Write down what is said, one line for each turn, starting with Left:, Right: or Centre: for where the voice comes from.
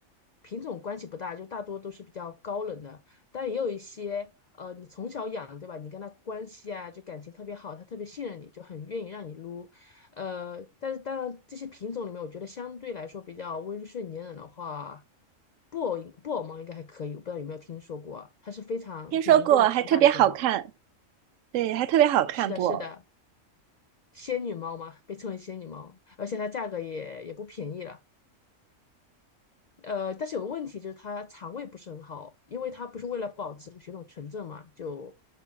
Left: 品种关系不大，就大多都是比较高冷的，但也有一些，呃，你从小养，对吧？你跟它关系啊，就感情特别好，它特别信任你，就很愿意让你撸。呃，但是当然，这些品种里面，我觉得相对来说比较温顺粘人的话，布偶应布偶猫应该还可以，我不知道有没有听说过啊它是非常体型非常大的一种猫。
Right: 听说过，还特别好看，对，还特别好看不？
Left: 是的，是的，仙女猫嘛，被称为仙女猫，而且它价格也也不便宜了。呃，但是有个问题就是它肠胃不是很好，因为它不是为了保持血统纯正嘛，就